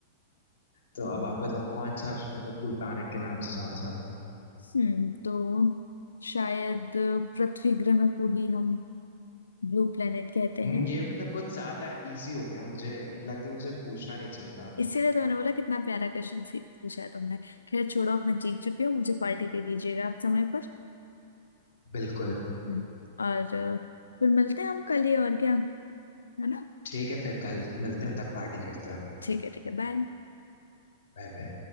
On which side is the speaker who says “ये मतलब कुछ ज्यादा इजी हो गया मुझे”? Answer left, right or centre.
Left